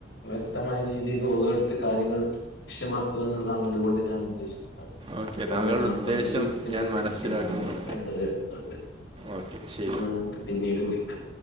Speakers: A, on the left; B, on the right.
A: വ <unintelligible> ശ്യക്തമായ രീതിയിൽ വുളൂഅടുത്ത് കാര്യങ്ങൾ ലക്ഷ്യമാക്കുക എന്നുള്ളതാണ് ഇതുകൊണ്ട് ഞാൻ ഉദ്ദേശിക്കുന്നത്. അതുകൊണ്ട്ന്നെ
B: ഓക്കെ താങ്കളുടെ
A: ആ
B: ഉദ്ദേശം
A: <unintelligible>
B: ഞാൻ മനസ്സിലാക്കുന്നു.
A: എനിക്ക് പുറപ്പെേണ്ടണ്ട് <unintelligible>
B: ഓക്കെ ശരി.
A: എന്നാൽ നമുക്ക് പിന്നീട് വിളിക്കാം.